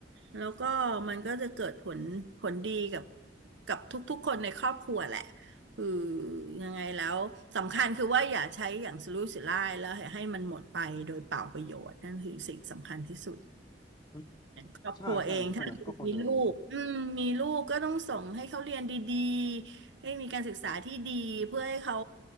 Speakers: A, on the right (about 85°); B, on the left (about 20°).
A: แล้วก็มันก็จะเกิดผลผลดีกับกับทุกๆคนในครอบครัวแหละคือยังไงแล้วสำคัญคือว่าอย่าใช้อย่างสุรุ่ยสุร่ายแล้วให้ให้มันหมดไปโดยเปล่าประโยชน์นั่นคือสิ่งสำคัญที่สุด
B: อืม
A: ครอบครัวเองถ้ามีลูกอืมมีลูกก็ต้องส่งให้เขาเรียนดีๆให้มีการศึกษาที่ดีเพื่อให้เขา
B: ใช่ใช่ไหมใช่ไหมก็คงจะเป็นอย่างนั้น